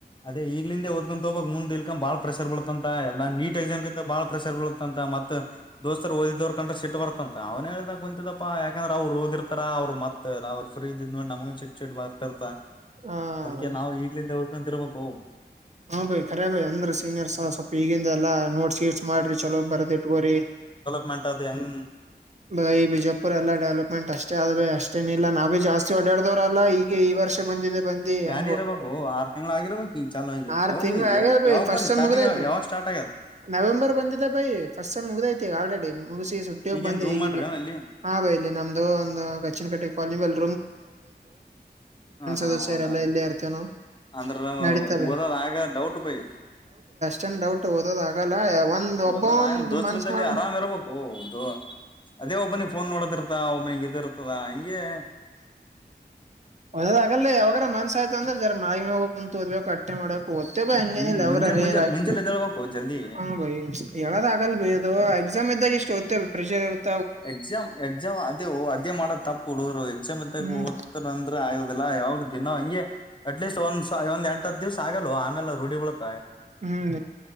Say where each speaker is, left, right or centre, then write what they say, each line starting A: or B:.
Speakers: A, on the left; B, on the right.
A: ಅದೇ ಇವಗಾಂಧಲೆ, ಓದುಕೋನೂತ, ಹೋಗ್ಬೇಕು, ಮುಂದೇ, ಇಲಿಕ್ಕಾ, ಬಾಳ, ಪ್ರೆಷರ್, ಬಳತಂತ, ಎಲ್ಲಾ ನೀಟ್, ಎಕ್ಸಾಮಗಿಂತ ಎಕ್ಸಾಮ್ಂತ. <inaudible> ಬಾಳ, ಪ್ರೆಷರ್, ಬೀಳತ್ತ, ಅಂತ, ಮತ್ತೆ, ದೋಸ್ತರ್, ಓದಿದವರು, ಕಂಡ್ರೆ, ಸಿಟ್, ಬರುತ್ತೆ. <inaudible> ಬರುತ್ವಂತ, ಅವ್ನು, ಹೇಳಿದ ಕುಂತಿದಪ್ಪ ಯಾಕಂದ್ರ! ಅವ್ರು, ಓದಿತಾರ, ಅವ್ರ ಮತ್ ಅವ್ರ ಫ್ರೀ ಇದ್ ನಮಗ ಚಿಟ್, ಚಿಟ್ಟು, ಬರುತ. <inaudible> ಬರುತ್ತಾರುತಾ,
B: ಹಾ
A: ಅದಕ್ಕೆ
B: ಬೈ
A: ನಾವು ಈಗ್ಲಿಂದ, ಹೋಧುಕೋಬೆಕ್ಕು. <inaudible>
B: ಹಾ, ಭೈ, ಖರೇ, ಬೈ, ಅಂದ್ರ ಸೀನಿಯರ್ಸ್, ಸ್ವಲ್ಪ ಈಗಿಂದ, ಎಲ್ಲಾ, ನೋಡ್, ಇಟ್ಟು, ಮಾಡ್ರಿ ಚಲೋ, ಬರದ, ಇಟ್ಗೋರಿ. <inaudible>
A: ಮಾತುಎಡುಧೇಯೆಂಗೂ. <inaudible>
B: ಬೈ, ಬಿಜಾಪುರ್, ಎಲ್ಲಾ ಡೆವಲಪ್ಮೆಂಟ್! ಅಷ್ಟೇ ಆದ, ಬೈ, ಅಷ್ಟೇನ, ಇಲ್ಲ, ನಾವಿ, ಜಾಸ್ತಿ ಓಡಿಯೊಡಾಧವರು, ಈಗ, ಈ ವರ್ಷ. ಬಂದಿದೆ.. <inaudible>
A: ಗಾಡಿ,
B: ಹೆಂಗ್
A: ಇರಬೇಕು,
B: ಓಡಾಡೋದು
A: ಆರು, ತಿಂಗಳು, ಆಗಿರ್ಬೇಕು ಈ, ಚ. <inaudible> ಹಾ, ಜೀ,
B: ಆರ್
A: ಯಾವಾಗೂ,
B: ತಿಂಗ್ಳ
A: ಇದೆ,
B: ಆಗ್ಯದ ಬೈ
A: ಯಾವಾಗ
B: ಫಸ್ಟ್
A: ಬಂದಿ
B: ಸೆಮ್
A: ಸ್ಟಾರ್ಟಿಂಗ್!
B: ಮುಗ್ದೈತಿ
A: ಯಾವಾಗ, ಸ್ಟಾರ್ಟ್, ಹಾಗ್ಯಧಾ.. <inaudible>
B: ನವೆಂಬರ್, ಬಂದಿದೆ, ಬೈ, ಫಸ್ಟ್, ಸೇಮ್, ಮುಗ್ದೈತಿ! ಈಗ, ಆಲ್ರೆಡಿ, ಮುಗಿಸಿ, ಸುಟ್ಟಿ, ಹೋಗಿ,
A: ಈಗೇನ್
B: ಬಂದೆ
A: ರೂಮ್
B: ಈಗೀಗ.
A: ಮಾಡ್ರಿ ಏನ್ ಅಲ್ಲಿ
B: <inaudible> ಹಾ, ಬೈಲಿ ನಮ್ದು ಒಂದು ಕಚ್ಚಿನ್ ಕಟ್ಟೆ ಕಾಲಿ, ಬೆಲ್ಲು. <inaudible>
A: ಹ, ಹಾ,
B: ಅದು ಸೇರೆಲ್ಲ
A: ಒಂದ,
B: ಇಲ್ಲೇ ಇರ್ತೇವ್ ನಾವು
A: ಅಂದ್ರ, ನಾವು,
B: ನಡೀತಾ ಬೈ
A: ಒಧವಾ. <inaudible> ಹಾಗ, ಡೌಟ್ ಬೈ.. <inaudible>
B: ಚಂದ, ಡೌಟ್, ಓದದು, ಆಗಲ್ಲ. <inaudible>
A: ಓಡಾಡ್ಹ, ಆ
B: ಒಂದ್
A: ದೋಸ್ರದಲ್ಲಿ
B: ಮನ್ಸ್ ಮಾಡ್ರ
A: ಆರಾಮ್ ಇರ್ಬೇಕುದು. <inaudible> ಅದೇ, ಒಬ್ಬನಿಗೆ ಫೋನ್, ನೋಡೋದಿರ್ತಾ ಒಬ್ಬನಿಗೆ, ಇದು, ಇರ್ತದ, ಹಾಂಗೆ. <inaudible>
B: ಹೋಗುವಾದರಳಿ, ಯಾಗಲಿ, ಮನ್ಸ ಆಯ್ತು, ಅಂದ್ರ, ಜರ, ಮಿ, ಮ, ಕುಂತ, ಹೊದ್ಬೇಕು, ಕಟ್ಟೆ ಮಾಡಕ್. <inaudible> ಹೊಟ್ಟೆಬೇರಿ, ಹಂಗುಎನುಯೆಲ್ಲಾ,
A: ಹ್ಮ್ ಮುಂಜಾಲ್
B: ಅವರ ರೇರ್,
A: ಮುಂಜೆ
B: ಯೈ.
A: ಮುಂಜಾಲೆ ಎದ್ದೇಳ್ಬೇಕು
B: <inaudible>
A: ಜಲ್ದಿ
B: ಹಾ, ಭೈ, ಹೇಳದಾಗಲ್, ಬೈ, ಅದು ಎಕ್ಸಾಮ್! ಇದ್ದಾಗ, ಎಷ್ಟುಯ್ತೇ, ಪ್ರೆಷರ್, ಇರುತ್ತೆ. <inaudible>
A: ಎಕ್ಸಾಮ್, ಎಕ್ಸಾಮ್, ಅದೇ, ಅದೇ, ಮಾಡದು ತಪ್ಪ, ಹುಡುಗರು, ಎಕ್ಸಾಮ್, ಇದಾಗ,
B: ಹ್ಮ್
A: ಓದ್ತಾರ ಅಂದ್ರೆ, ಆಗದಿಲ್ಲಾ, ಯಾವ. <inaudible> ದಿನ, ಹಂಗೆ ಅಟ್ಲೀಸ್ಟ್! ಒಂದ್, ಒಂದ, ಎಂಟು ಹತ್ತು, ದಿವ್ಸ, ಆಗಲ್ಲ, ಆಮೇಲೆ, ರೂಢಿಗಳು. <inaudible>
B: ಹ್ಮ್,